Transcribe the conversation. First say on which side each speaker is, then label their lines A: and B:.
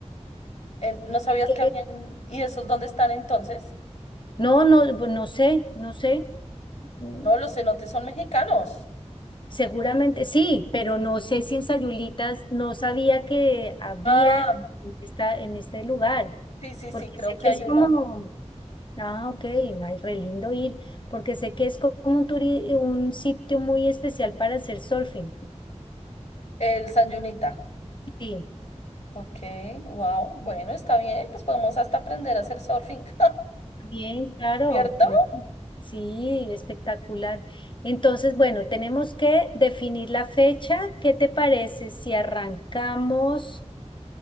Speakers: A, on the left (about 70°); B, on the left (about 45°).
A: En- ¿no sabías
B: que-
A: que habían? ¿Y esos dónde están entonces?
B: No, no, pues no sé, no sé. Mm,
A: No, los cenotes son mexicanos.
B: Seguramente sí, pero no sé si en Sayulitas no sabía que había
A: Ah,
B: en esta, en este lugar,
A: sí, sí,
B: porque
A: sí, creo
B: sé
A: que
B: que
A: hay
B: es como,
A: uno.
B: ah, ok, ay, re lindo ir, porque sé que es como un turi- un sitio muy especial para hacer surfing.
A: El San Yunita.
B: Sí.
A: Ok, wow. Bueno, está bien, pues podemos hasta aprender a hacer surfing. <laughs>
B: Bien, claro.
A: ¿Cierto?
B: Sí, espectacular. Entonces, bueno, tenemos que definir la fecha. ¿Qué te parece si arrancamos,